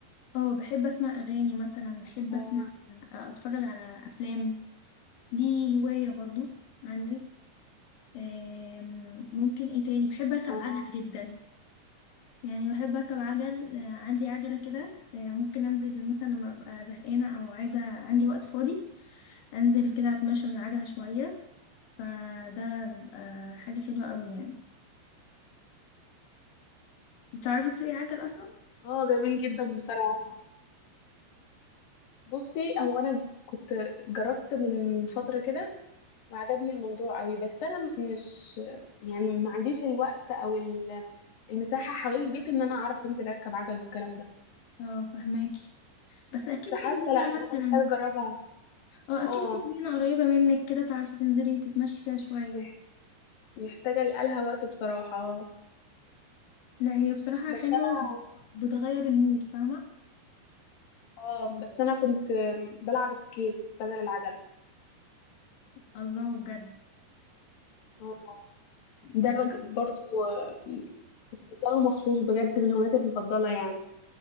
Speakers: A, on the left (about 85°); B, on the left (about 55°).
A: اه بحب اسمع اغاني مثلا بحب
B: اه
A: اسمع آه، اتفرج على افلام دي هواية برضو عندي آم، ممكن ايه تاني بحب اركب
B: اه
A: عجل جدا يعني بحب اركب عجل آه، عندي عجلة كده آه، ممكن انزل مثلا لما ابقى زهقانة او عايزة عندي وقت فاضي انزل كده اتمشى بالعجلة شوية فده بيبقى حاجة حلوة قوي يعني بتعرفي تسوقي عجل اصلا
B: اه جميل جدا بصراحة بصي هو انا كنت جربت من فتره كده وعجبني الموضوع قوي بس انا مش يعني ما عنديش الوقت او ال- المساحه حوالين البيت ان انا اعرف انزل اركب عجل والكلام ده
A: اه فهماكي بس
B: بس
A: اكيد
B: حاسه
A: في جنينة
B: لا ان
A: مثلا
B: انا محتاجه اجربها
A: اه اكيد
B: اه
A: في جنينة قريبة منك كده تعرفي تنزلي تتمشي فيها شوية
B: مح- محتاجه لقالها وقت بصراحه
A: لا هي بصراحة
B: بس
A: حلوة
B: انا
A: وبتغير المود فاهمة
B: اه بس انا كنت بلعب سكيت بدل العجله
A: الله بجد
B: اه ده
A: ده
B: بج... برضو آه، كنت بفضله مخصوص بجد من هواياتي المفضله يعني